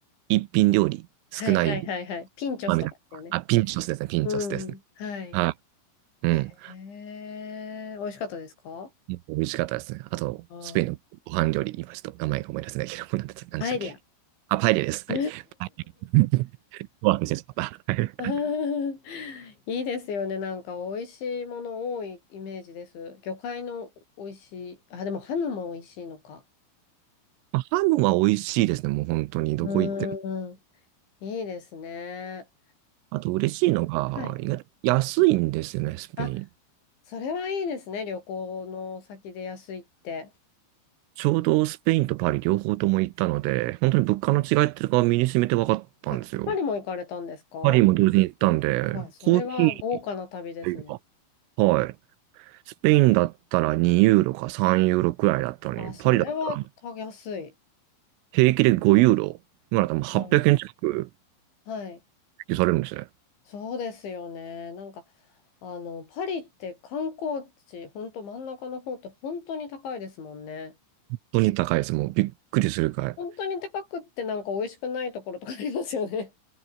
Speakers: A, on the right; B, on the left.
A: 一品料理、少ない、
B: はいはいはいはいはい。ピンチョスとかですよね。
A: まあ、みたいな。あ、ピンチョスですね、ピンチョスですね。
B: うん。はい。
A: はい。
B: へ
A: うん。
B: え、美味しかったですか
A: 美味しかったですね。あと、
B: ああ、
A: スペインのご飯料理、今ちょっと名前が思い出せないけど、何でした何でしたっけあ、
B: パエリア。
A: パエリアです。
B: <laughs>
A: はい。<laughs> ご飯ですてしまった。はい
B: あーいいですよね。なんか美味しいもの多いイメージです。魚介の美味しい。あ、でもハムも美味しいのか。
A: あハムは美味しいですね。もう本当に、
B: うーん。
A: どこ行っても。
B: いいですね。
A: あと、嬉しいのが、
B: はい。
A: 意外と安いんですよね、スペイン。
B: あ、それはいいですね。旅行の先で安いって。
A: ちょうどスペインとパリ両方とも行ったので、本当に物価の違いっていうのが身に染めて分かったんですよ。
B: あ、パリも行かれたんですか
A: パリも同時に行ったんで、
B: あ、それは豪華な旅ですね。
A: コーヒーというか、はい。スペインだったら2ユーロか3ユーロくらいだったのに、
B: あ、それはた安い。
A: パリだったら平気で5ユーロ。今だともう800円近く
B: あ、はい。
A: 支給されるんですね。本
B: そうですよね。なんか、あの、パリって観光地、ほんと真ん中の方って本当に高いですもんね。
A: 当に高いです。もうびっくりするくらい。
B: 本当に高くってなんか美味しくないところとかありますよね。